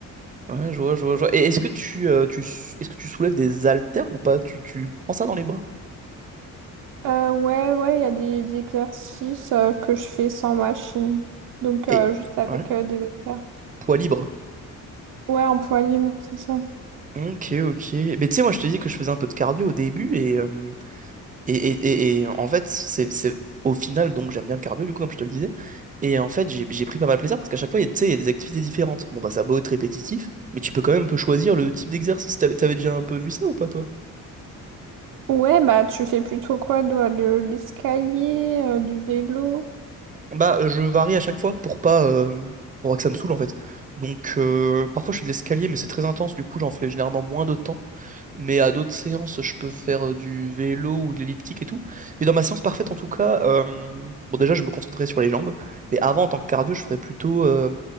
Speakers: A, on the right (about 25°); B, on the right (about 70°).
A: Ouais, je vois, je vois, je vois. Et est-ce que tu, euh, tu s- est-ce que tu soulèves des haltères ou pas? Tu, tu prends ça dans les bras?
B: Euh, ouais, ouais, il y a des, des exercices euh, que je fais sans machine. Donc,
A: Et
B: euh, juste avec
A: Ouais.
B: euh, des haltères.
A: poids libre.
B: Ouais, en poids libre, c'est ça.
A: Ok, ok. Mais tu sais, moi je te dis que je faisais un peu de cardio au début et euh, Et, et, et, et en fait, c'est, c'est au final, donc j'aime bien le cardio, du coup, comme je te le disais. Et en fait, j'ai j'ai pris pas mal de plaisir parce qu'à chaque fois, il y a- tu sais, il y a des activités différentes. Bon, bah, ça a beau être répétitif, mais tu peux quand même un peu choisir le type d'exercice. T'avais, t'avais déjà un peu vu ça ou pas, toi?
B: Ouais, bah, tu fais plutôt quoi, toi, de l'escalier, euh, du vélo?
A: Bah, euh, je varie à chaque fois pour pas, euh, pour pas que ça me saoule, en fait. Donc, euh, parfois, je fais de l'escalier, mais c'est très intense, du coup, j'en fais généralement moins de temps. Mais à d'autres séances, je peux faire du vélo ou de l'elliptique et tout. Mais dans ma séance parfaite, en tout cas, euh, bon, déjà, je me concentrais sur les jambes. Mais avant, en tant que cardio, je ferais plutôt, euh,